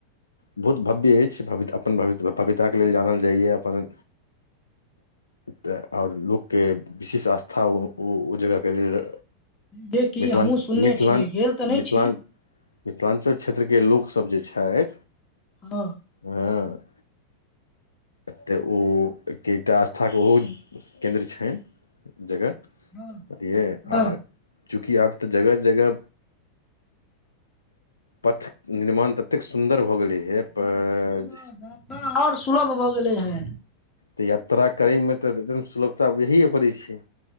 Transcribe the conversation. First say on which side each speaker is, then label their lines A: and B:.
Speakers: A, on the left (about 75°); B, on the left (about 25°).
A: बहुत भव्य अछि भव्य अपन भव्य भव्यताके लेल जानल जाइए अपन। तऽ आओर लोकके विशेष आस्था ओ जगहके लेल।
B: जेकि
A: मिथिलान
B: हमहूँ सुनने
A: मिथिलाान
B: छियै गेल तऽ नहि
A: मिथिलाान।
B: छी
A: मिथिलाञ्चल क्षेत्रके लोकसभ जे छथि।
B: हँ
A: हँ तऽ ओ एकटा आस्थाके ओहो केन्द्र छनि। जगह
B: हँ
A: बुझालिए
B: हँ
A: आ चूकि आब तऽ जगह जगह। पथ निर्माण ततेक सुन्दर भऽ गेलै हे पर।
B: बड्ड सुन्दर जात्रा आओर सुलभ भऽ गेलै हे।
A: तऽ यात्रा करयमे तऽ एकदम सुलभता बुझाए पड़ै छै।